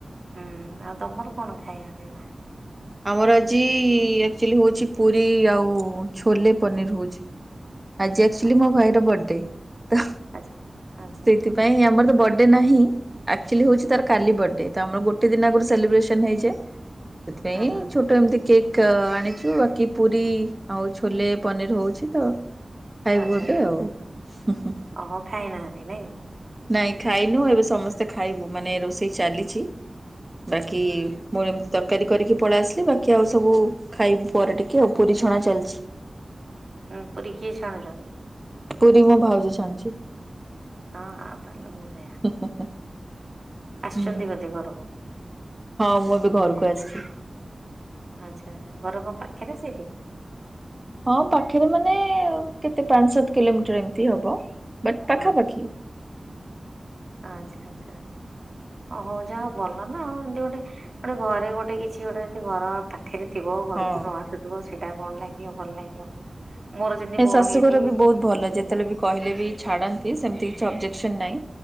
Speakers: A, on the right; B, on the right.
A: ହୁଁ, ଆଉ ତମର କଣ ଖାଇବା ପିଇବା?
B: ଆମର ଆଜି ଆକ୍ଚୁଆଲି ହଉଛି ପୁରୀ ଆଉ ଛୋଲେ ପନିର ହଉଛି। ଆଜି ଆକ୍ଚୁଆଲି
A: ଆଚ୍ଛା
B: ମୋ ଭାଇର ବଡେ ତ
A: ଆଚ୍ଛା ଆଚ୍ଛା
B: ସେଥିପାଇଁ ନାଇଁ ଆମର ତ ବର୍ଡେ ନାହିଁ ଆକ୍ଚୁଆଲି
A: ହଁ
B: ହଉଛି ତାର କାଲି ବର୍ଡେ। ଆମର ଗୋଟେ ଦିନ ଆଗରୁ ସେଲିବ୍ରେସନ ହେଇଛେ ସେଥିପାଇଁ
A: ହଁ ହଁ
B: ଛୁ ଏମତି କେକ୍ ଆଣିଛୁ ବାକି ପୁରୀ ଆଉ ଛୋଲେ ପନିର ହଉଛି ତ ଖାଇବୁ
A: ଆଚ୍ଛା ଆଚ୍ଛା
B: <unintelligible> ଆଉ।
A: ଓହୋ ଖାଇନାହାନ୍ତି ନାଇଁ କି?
B: ନାଇଁ ଖାଇନୁ ଏବେ ସମସ୍ତେ ଖାଇବୁ ମାନେ ରୋଷେଇ ଚାଲିଛି ବାକି ମୁଁ ଏମିତି ତରକାରୀ କରିକି ପଳେଇ ଆସିଲି ବାକି ଆଉ ସବୁ ଖାଇବୁ ପରେ ଟିକେ ଆଉ ପୁରୀ ଛଣା ଚାଲିଛି।
A: ହୁଁ, ପୁରୀ କିଏ ଛାଣୁଛନ୍ତି।
B: ପୁରୀ ମୋ ଭାଉଜ ଛାଣୁଚି।
A: ହଁ ଆ ତା ହେଲେ ବଢିଆ।
B: <unintelligible>
A: ଆସିଛନ୍ତି
B: ହୁଁ
A: ବୋଧେ ଘରକୁ।
B: ହଁ ମୁଁ ଏବେ ଘରକୁ ଆସିଛି।
A: ଆଚ୍ଛା ଆଚ୍ଛା ଘର କଣ ପାଖରେ ସେଇଠି?
B: ହଁ, ପାଖରେ ମାନେ କେତେ ପାଞ୍ଚ, ସାତ କିଲୋମିଟର ଏମିତି ହବ ବଟ୍ ପାଖାପାଖି।
A: ହଁ ଆଚ୍ଛା ଆଚ୍ଛା ଆଚ୍ଛା। ଓ ହଉ ଯାହା ଭଲ ନା ଆଉ ଏମିତି ଗୋଟେ ଗୋଟେ ଘରେ ଗୋଟେ କିଛି ଗୋଟେ ଏମିତି ଘର ପାଖିରେ ଥିବ ଘରକୁ
B: ହଁ।
A: ନ ଆସୁଥିବ ସେଇଟା କଣ ଲାଗିବ ଭଲ ଲାଗିବ। ମୋର ଯେମିତି
B: ନାଇଁ
A: ଭଉଣୀ
B: ଶାଶୁଘର
A: ଏଠି
B: ବି ବହୁତ ଭଲ ଯେତେବେଳେ ବି କହିଲେ ବି ଛାଡନ୍ତି ସେମିତି କିଛି ଅବଜେସ୍କନ୍ ନାହିଁ